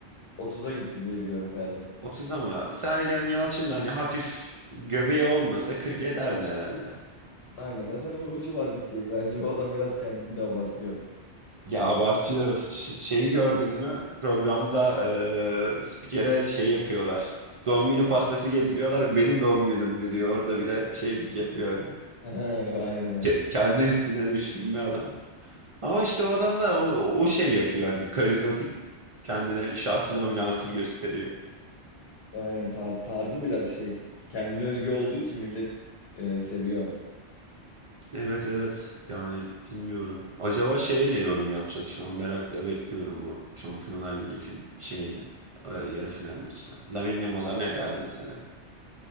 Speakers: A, on the left; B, on the right.
A: 30'a gitti diye biliyorum Ferdi.
B: 30 ama Sergen Yalçın da hani hafif göbeği olmasa 40 ederdi herhalde.
A: Aynen zaten o, o civar bir şeydi. Bence o adam biraz kendini de abartıyor.
B: Ya
A: Ya,
B: abartıyor.
A: çok-
B: Ş- şeyi gördün mü? Programda e, spikere şey yapıyorlar. Doğum günü pastası getiriyorlar. Benim doğum günüm mü diyor. Orada bile şeylik yapıyor. Hani.
A: <laughs> aynen aynen.
B: Ke- kendi üstüne düşkün bir adam. Ama işte o adam da o, o şey yapıyor hani karizmatik kendine şahsına münhasır gösteriyor.
A: Aynen tar- tarzı biraz şey. Kendine özgü olduğu için millet e, seviyor onu.
B: Evet evet yani bilmiyorum. Acaba şeye ne yorum yapacak şu an merakla bekliyorum bu Şampiyonlar Ligi fin şeyini e, yarı final maçına. Lamine Yamal'a ne der mesela?